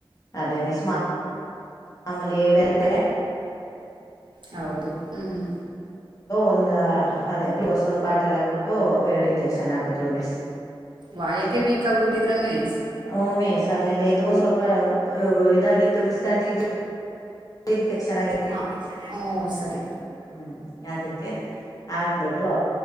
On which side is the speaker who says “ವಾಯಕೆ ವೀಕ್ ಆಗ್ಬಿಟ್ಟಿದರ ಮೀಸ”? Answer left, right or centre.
Right